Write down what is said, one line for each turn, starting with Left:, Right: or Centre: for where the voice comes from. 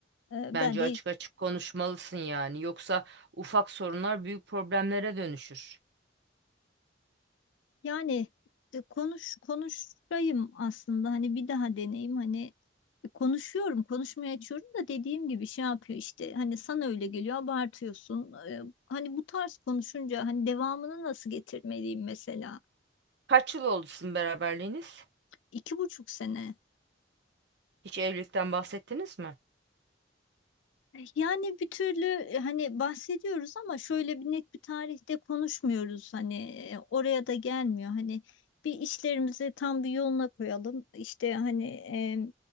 Left: E,
Right: Bence
Left: ben de
Right: açık açık konuşmalısın yani. Yoksa ufak sorunlar büyük problemlere dönüşür.
Left: yani e, konuş konuşayım aslında hani bir daha deneyim hani Konuşuyorum, konuşmaya açıyorum da dediğim gibi şey yapıyor işte hani sana öyle geliyor abartıyorsun. Ee, hani bu tarz konuşunca hani devamını nasıl getirmeliyim mesela?
Right: Kaç yıl oldu sizin beraberliğiniz?
Left: İki buçuk sene.
Right: Hiç evlilikten bahsettiniz mi?
Left: Yani bir türlü e, hani bahsediyoruz ama şöyle bir net bir tarihte konuşmuyoruz hani e, oraya da gelmiyor hani bir işlerimizi tam bir yoluna koyalım işte hani e,